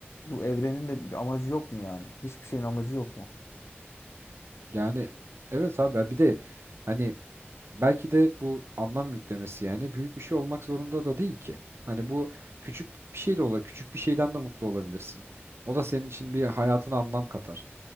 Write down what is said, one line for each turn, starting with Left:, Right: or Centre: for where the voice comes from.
Left: bu evrenin de bir amacı yok mu yani? Hiçbir şeyin amacı yok mu?
Right: Yani evet abi bir de hani Belki de bu anlam yüklemesi yani büyük bir şey olmak zorunda da değil ki. Hani bu küçük bir şey de olur. Küçük bir şeyden de mutlu olabilirsin. O da senin için bir hayatına anlam katar.